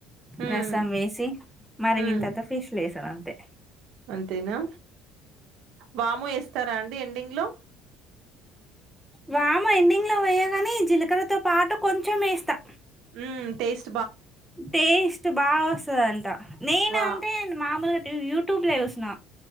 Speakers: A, on the right; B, in the centre.
A: హ్మ్.
B: రసం
A: హ్మ్.
B: వేసి మరిగినతవ్త
A: హ్మ్.
B: ఫిష్ వేసి టఅంతే
A: అంతేనా వాము వేస్తారా అండి ఎండి గ్ లో
B: వాము ఎండింగ్ లో వెయ్యాగాని జీలకరతో పాటు కొంచెం వేస్తా
A: ఉమ్ టేస్
B: టేస్ట్ బా వస్తద అంట నేను
A: వా
B: అంటే మామూలుగా నె యూట్యూబ్ లో చూస్న